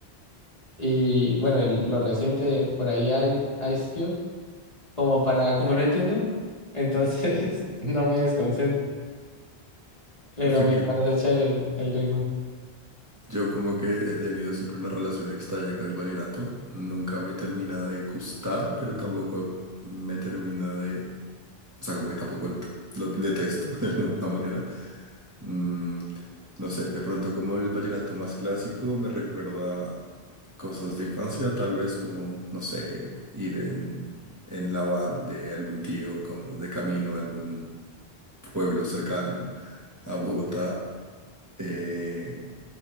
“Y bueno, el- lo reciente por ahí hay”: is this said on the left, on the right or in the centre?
Left